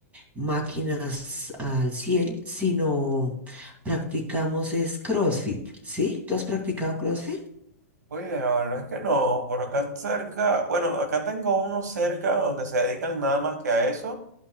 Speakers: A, on the right; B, on the right.
A: máquinas al 100, sino practicamos es CrossFit, ¿sí? ¿Tú has practicado CrossFit?
B: Oye, la verdad es que no, por acá cerca, bueno, acá tengo uno cerca donde se dedican nada más que a eso,